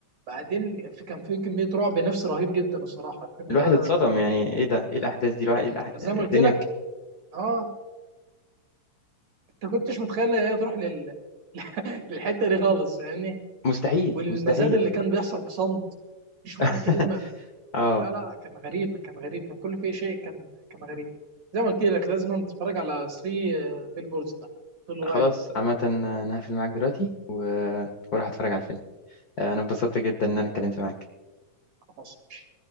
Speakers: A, on the right (about 55°); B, on the left (about 75°).
A: بعدين في كان في كميه رعب نفسي رهيب جدا الصراحه الفيلم
B: الواحد
A: ده
B: اتصدم
A: لا جميل
B: يعني
A: جدا
B: ايه ده ايه الاحداث دي
A: جميل
B: الواحد
A: جدا
B: إيه الأح...
A: بس زي ما
B: الدنيا
A: قلت لك اه انت كنتش متخيل ان هي تروح لل... <laughs> للحته دي خالص يعني
B: مستحيل
A: والمزاد
B: مستحيل
A: اللي كان بيحصل في صمت مفيش ولا
B: <laughs>
A: كلمه
B: اه
A: لا لا كان غريب كان غريب كان كل فيه شيء كان كان غريب زي ما قلت لك لازم تتفرج على 3 بيل بوردز ده تقول لي رايك
B: خلاص
A: فيه
B: عامه انا هقفل معاك دلوقتي و... وراح اتفرج على الفيلم آه، انا اتبسطت جدا ان انا اتكلمت معاك
A: خلاص